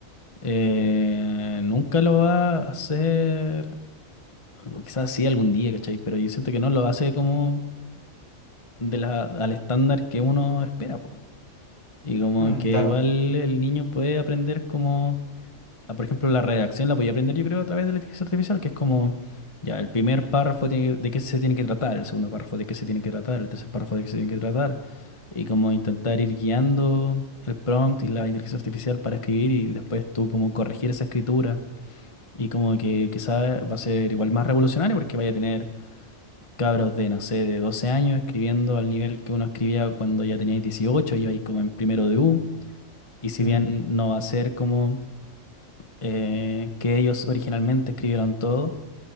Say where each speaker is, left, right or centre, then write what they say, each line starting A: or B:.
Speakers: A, on the left (about 25°); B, on the left (about 70°).
A: eh, nunca lo va a hacer, o quizás sí algún día, ¿cachai? Pero yo siento que no lo hace como de la, al estándar que uno espera, po Y como
B: mm,
A: que
B: claro,
A: igual el niño puede aprender como, ah, por ejemplo, la redacción la podía aprender yo creo a través de la inteligencia artificial, que es como, ya, el primer párrafo tiene que- de qué se tiene que tratar, el segundo párrafo de qué se tiene que tratar, el tercer párrafo de qué se tiene que tratar, y como intentar ir guiando el prompt y la inteligencia artificial para escribir y después tú como corregir esa escritura. Y como que quizás va a ser igual más revolucionario porque vaya a tener cabros de, no sé, de 12 años escribiendo al nivel que uno escribía cuando ya teníais 18 y ibais como en primero de U. Y si
B: mm,
A: bien no va a ser como eh, que ellos originalmente escribieron todo,